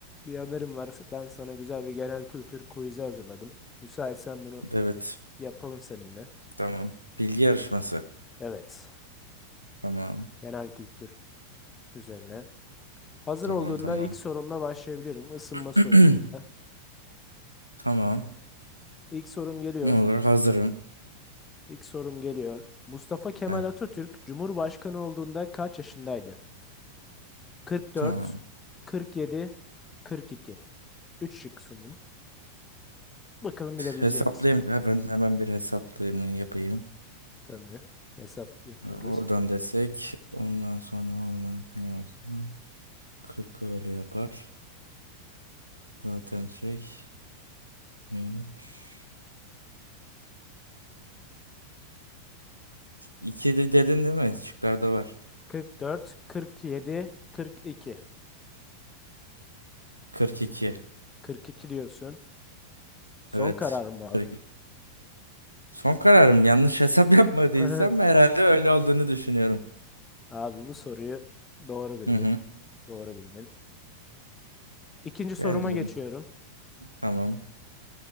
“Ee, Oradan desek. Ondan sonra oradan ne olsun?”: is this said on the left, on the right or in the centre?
Right